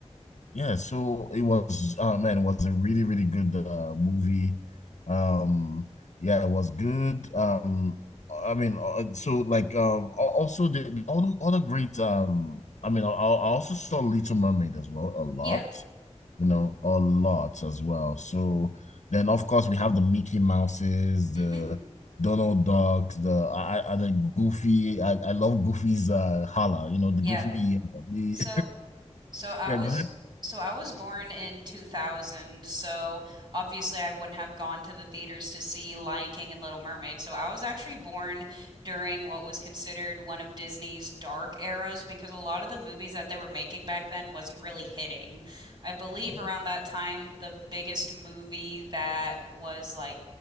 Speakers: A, on the left (about 70°); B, on the right (about 40°).
A: Yeah, so it was oh man, it was a really, really good uh, movie. Um, yeah, it was good. Um, I mean, uh, so like um al- also the all the other great um I mean I, I also saw Little Mermaid as well a lot,
B: Yeah.
A: you know, a lot as well. So then of course we have the Mickey Mouses,
B: Mm-hmm.
A: the Donald Duck, the I, I the Goofy. I, I love Goofy's uh holla, you know, the
B: Yeah.
A: Goofy. <laughs> The,
B: So. So I
A: yeah,
B: was
A: go ahead.
B: so I was born in 2000, so obviously I wouldn't have gone to the theaters to see Lion King and Little Mermaid. So I was actually born during what was considered one of Disney's dark eras because a lot of the movies that they were making back then wasn't really hitting. I believe
A: Oh,
B: around that time the biggest movie that was like